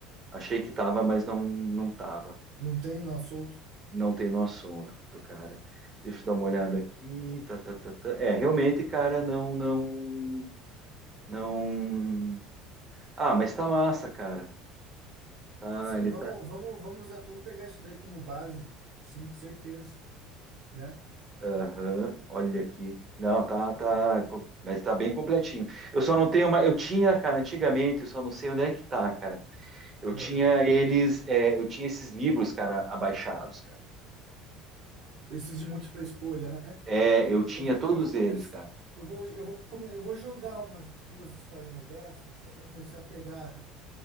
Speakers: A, on the right (about 30°); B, on the right (about 65°).
A: Achei que tava, mas não, não tava.
B: Não tem nó solto?
A: Não tem noção do cara. Deixa eu dar uma olhada aqui. Tá, tá, tá, tá. É, realmente, cara, não, não, não. Ah, mas tá massa, cara. Tá,
B: Sim,
A: ele
B: vamos, vamos, vamos, a- vamos pegar isso daí como base, sim, com certeza, né?
A: Aham, olha aqui. Não, tá, tá, co- mas tá bem completinho. Eu só não tenho uma, eu tinha, cara, antigamente, eu só não sei onde é que tá, cara. Eu
B: Ah,
A: tinha eles, é, eu tinha esses livros, cara, abaixados, cara.
B: esses de múltipla escolha, né?
A: É, eu tinha
B: Eu vou,
A: todos
B: eu vou começar,
A: eles, cara.
B: eu vou, eu vou, come, eu vou jogar umas duas historinhas dessa para começar a pegar